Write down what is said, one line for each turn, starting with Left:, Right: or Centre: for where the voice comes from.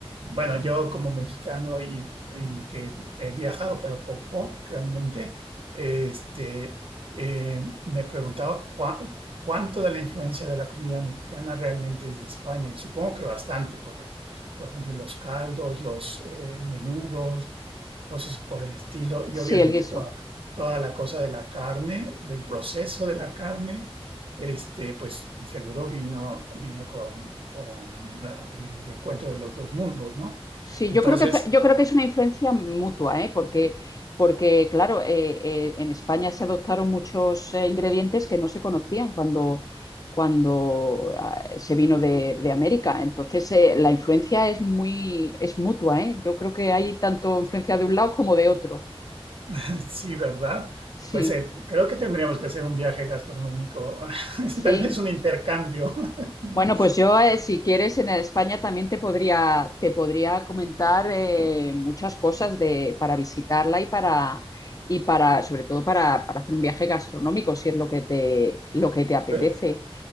Right: bueno, yo como mexicano y, y que he viajado, pero poco realmente, este, eh, me preguntaba cua- cuánto de la influencia de la comida mexicana realmente es de España. Y supongo que bastante, porque, por ejemplo, los caldos, los eh, menudos, cosas por el estilo, y
Left: sí,
Right: obviamente
Left: el guiso.
Right: toda, toda la cosa de la carne, del proceso de la carne este, pues seguro vino, vino con, con la- el encuentro de los dos mundos, ¿no?
Left: Sí,
Right: Entonces,
Left: yo creo que fue- yo creo que es una influencia mutua, ¿eh? Porque, porque claro, eh, eh, en España se adoptaron muchos eh, ingredientes que no se conocían cuando, cuando ah, se vino de, de América. Entonces, eh, la influencia es muy, es mutua, ¿eh? Yo creo que hay tanto influencia de un lado como de otro.
Right: <laughs> sí, ¿verdad?
Left: Sí,
Right: Pues eh, creo que tendríamos que hacer un viaje gastronómico, <laughs>
Left: sí.
Right: tal vez un intercambio, <laughs> ¿no?
Left: Bueno, pues yo, eh, si quieres, en España también te podría, te podría comentar eh, muchas cosas de, para visitarla y para, y para, sobre todo para, para hacer un viaje gastronómico, si es lo que te, lo que te apetece.
Right: Pues